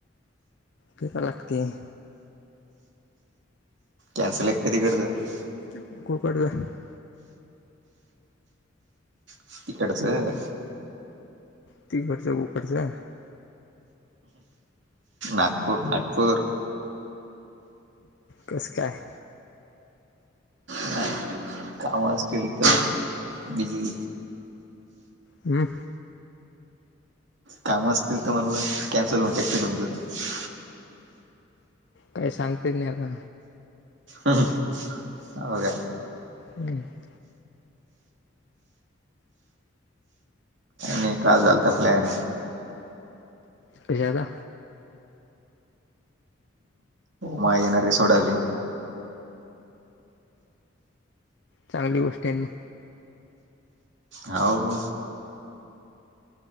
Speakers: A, on the left (about 60°); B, on the right (about 65°).
A: <unintelligible> लागती.
B: कॅन्सल एक <unintelligible>
A: <unintelligible>
B: <unintelligible>
A: तिकडंच <unintelligible>
B: नागपूर नागपूर.
A: कसं काय?
B: <unintelligible> असतील तर बझी.
A: हं
B: काम तर म्हणाल कॅन्सल <unintelligible>
A: काही सांगता येत नाही आता.
B: हो का?
A: <inaudible>
B: नई काल झालता प्लॅन.
A: कश्याचा?
B: माय येणार सोडयले.
A: चांगली गोष्टी ये ना.
B: हो.